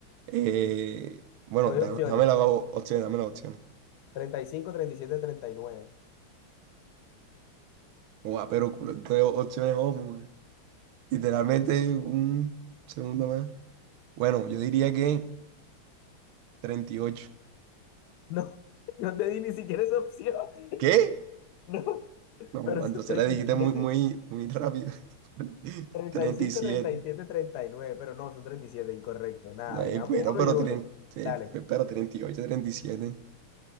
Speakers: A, on the right (about 75°); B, on the left (about 85°).
A: eh, bueno,
B: Te doy
A: da-
B: opciones.
A: dame la o- opción, dame la opción.
B: treinta treinta y y cinco, treinta y siete, treinta y nueve.
A: Guau, pero culo, de opciones, oh, mu- literalmente un segundo más. Bueno, yo diría que treinta y ocho
B: No, <laughs> no te di ni siquiera esa opción. <laughs>
A: ¿Qué?
B: No,
A: No,
B: pero son
A: entonces
B: treinta
A: la dijiste
B: y siete.
A: muy, muy, muy rápido. <laughs>
B: treinta
A: treinta
B: treinta y y cinco
A: y siete
B: treinta y siete treinta y nueve pero no, son 37 incorrecto. Nada,
A: No, eh,
B: llevamos
A: pero,
B: uno
A: pero,
B: y uno.
A: tren- eh,
B: Dale.
A: pero 38, treinta y siete